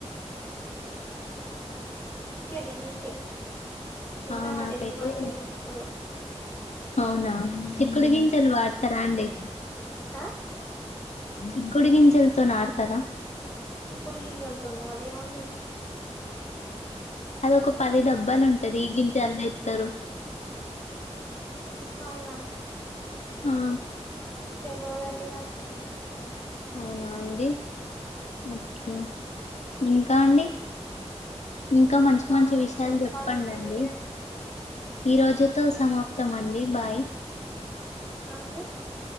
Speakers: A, on the left (about 15°); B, on the left (about 80°).
A: నీకే అండి నీకే ఉన్నమండి.
B: ఆ నాకైతే
A: మీ మాటలే ఎన్పిత్తలేవు.
B: అవునా చిక్కుడు గించిల్ వాడతారా అండి
A: ఆ
B: ఆ చిక్కుడు గంజలతో నాటుతారా
A: చిక్కుడు గింజలతోనా అదేమండి
B: అదొక పది డబ్బాలుంటది గింజల్ దె టరు
A: అవునా
B: ఆ
A: తెల్వదండి నాకు
B: అవునా అండి ఓకే ఇంకా అండి ఇంకా మంచి మంచి
A: అండి
B: విషయాలు
A: చెప్పాలండి
B: చెప్పండండి
A: మీరే
B: ఈ రోజుతో సమాప్తమండి బాయ్
A: ఆ అండి